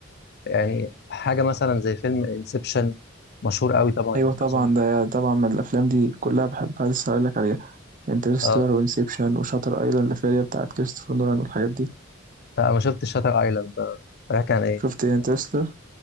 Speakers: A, on the left; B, on the right.
A: يعني حاجة مثلا زي فيلم انسبشن مشهور أوي طبعا
B: ايوه
A: يعني
B: طبعا
A: أظن
B: ده طبعا من الافلام دي كلها بحبها لسه هقولك عليها انترستيلر
A: آه
B: وانسبشن وشاتر ايلاند الفيلم بتاعت كريستوفر نولان والحاجات دي
A: أنا ما شفتش شاتر أيلاند ده بيحكي عن إيه؟
B: شفت انترستيلر